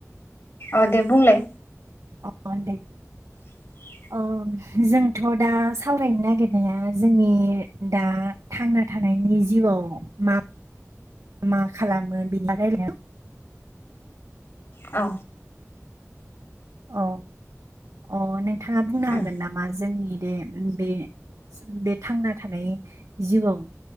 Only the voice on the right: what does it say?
अ अ दे
अ जोंथ' दा सावरायनो नागिरनाया जोंनि दा थांना थानाय नायनि जिउआव मा मा खालामो बिनि रायलाय
अ अ नोंथाङा बुंनो
हागोन नामा जोंनि बे बे बे थांना थानाय जिउआव